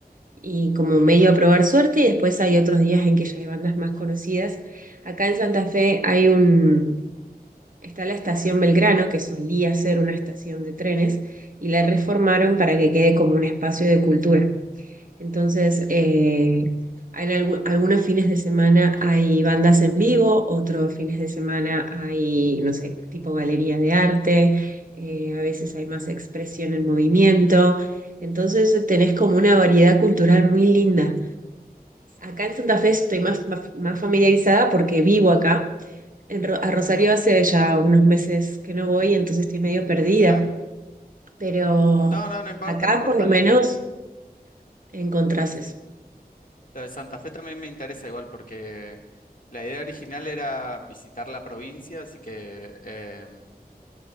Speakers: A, on the right; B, on the left.
A: y como medio a probar suerte y después hay otros días en que ya hay bandas más conocidas. Acá en Santa Fe hay un Está la estación Belgrano, que solía ser una estación de trenes, y la reformaron para que quede como un espacio de cultura. Entonces, eh, en algu- algunos fines de semana hay bandas en vivo, otros fines de semana hay, no sé, tipo galería de arte, eh, a veces hay más expresión en movimiento. Entonces, tenés como una variedad cultural muy linda. Acá en Santa Fe estoy más, más más familiarizada porque vivo acá en Ro- a Rosario hace ya unos meses que no voy, entonces estoy medio perdida,
B: Claro.
A: pero
B: No, no, no importa,
A: acá
B: no importa
A: por lo menos
B: lo de...
A: encontrás
B: Sí,
A: eso.
B: Lo de Santa Fe también me interesa igual porque la idea original era visitar la provincia, así que em,